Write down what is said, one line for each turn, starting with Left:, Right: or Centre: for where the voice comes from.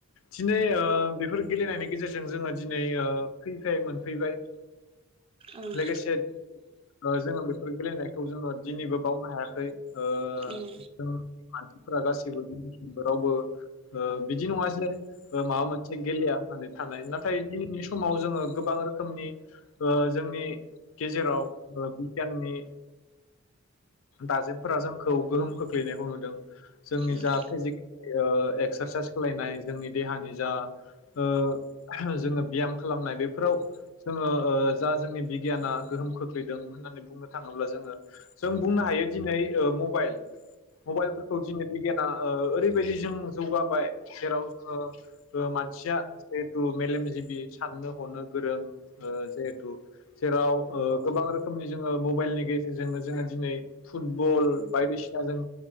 Left: थिनै ओ बेफोर गेलेनायनि गेजेरजों जोङो दिनै ओ फ्रिफाय मोनफैबाय।
Right: ओं
Left: लोगोसेत ओ जोङो बेफोर गेलेनायखौ जोङो दिनैबो बाव हायाखै ओ
Right: उम
Left: जों मानसिफोरा गासैबो बिसिमबो रावबो ओ बिदि नङा जे माबा मोनसे गेलेया होननानै थानाय नाथाय दिनैनि समाव जोङो गोबां रोखोमनि ओ जोंनि गेजेराव बिगियाननि दाजेमफोरा जोंखौ गोहोम खोख्लैनायखौ नुदों जोंनि
Right: ओं
Left: जा फिजिक ओ एक्सारसाइस खालायनाय जोंनि देहानि जा ओ जोङो ब्याम खालामनाय बेफोराव जोङो ओ जा जोंनि बिगियाना गोहोम खोख्लैदों होननानै बुंनो थाङोब्ला जोङो जों बुंनो ह हायो दिनै ओ मबाइल मबाइलफोरखौ दिनै बिगियाना ओ ओरैबायदि जों जौगाबाय जेराव जोङो मानसिया जिहेथु मेलेमजिबि साननो हनो गोरों ओ जिहेथु जेराव गोबां रोखोमनि जोङो मबाइलनि गेजेरजोंनो जोङो दिनै फुटबल बायदिसिना जों